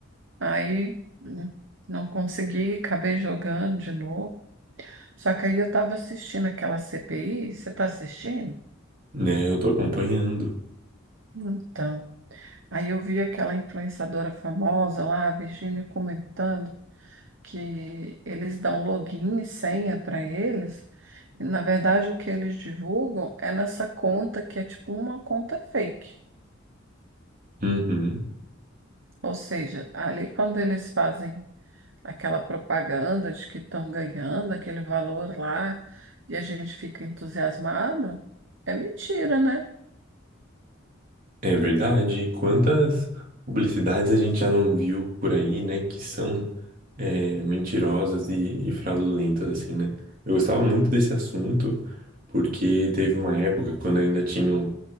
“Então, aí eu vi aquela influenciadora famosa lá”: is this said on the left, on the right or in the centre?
Right